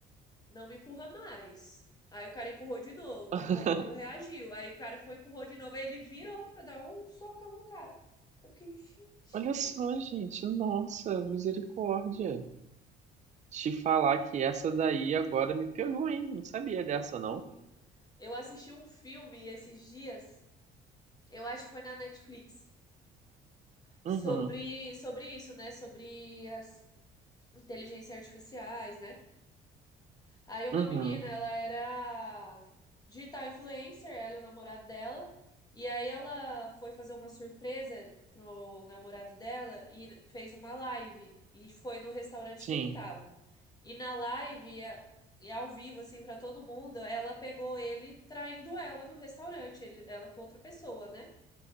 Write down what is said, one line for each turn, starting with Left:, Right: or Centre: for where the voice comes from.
Left: não me empurra mais. Aí o cara empurrou de novo
Right: <laughs>
Left: e o robô não reagiu. Aí o cara foi, empurrou de novo. Aí ele virou pra dar um socão no cara. Eu fiquei, gente.
Right: Olha só, gente. Nossa, misericórdia. Te falar que essa daí agora me pegou, hein? Não sabia dessa, não.
Left: Sim. Eu assisti um filme esses dias, eu acho que foi na Netflix, sobre,
Right: Uhum,
Left: sobre isso, né? Sobre as inteligências artificiais, né? Aí uma
Right: uhum,
Left: menina, ela era digital influencer, ela e o namorado dela. E aí ela foi fazer uma surpresa pro namorado dela e fez uma live. E foi no restaurante
Right: sim.
Left: que ele tava. E na live, a- e ao vivo, assim, pra todo mundo, ela pegou ele traindo ela no restaurante, ele- ela com outra pessoa, né?